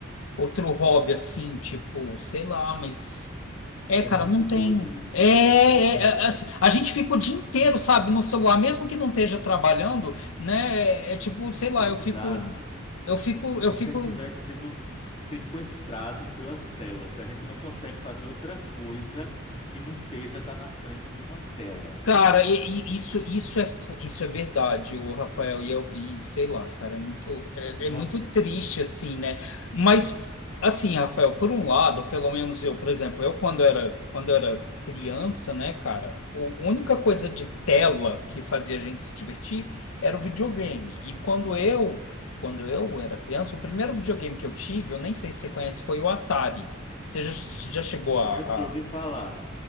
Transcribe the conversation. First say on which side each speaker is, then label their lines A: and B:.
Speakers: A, on the left; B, on the left.
A: outro hobby assim, tipo, sei lá, mas. É,
B: É
A: cara,
B: muito
A: não
B: doido
A: tem.
B: isso,
A: É, é,
B: né? Como
A: é, assim, a gente fica o dia inteiro, sabe, no celular, mesmo que não esteja trabalhando, né? É, é tipo, sei lá,
B: exato.
A: eu fico, eu fico,
B: É como
A: eu fico.
B: se a gente tivesse sido sequestrado pelas telas. A gente não consegue fazer outra coisa que não seja estar na frente de uma tela.
A: Cara, e- e isso, isso é, fu- isso é verdade, o Rafael e eu, e sei lá, cara, é muito, é,
B: O nosso
A: é muito triste, assim, né? Mas, assim, Rafael, por um lado, pelo menos eu, por exemplo, eu quando era, quando era criança, né, cara, o- a única coisa de tela que fazia a gente se divertir era o videogame. E quando eu, quando eu era criança, o primeiro videogame que eu tive, eu nem sei se você conhece, foi o Atari. Você já, já chegou a...
B: conheço de ouvir
A: a...
B: falar.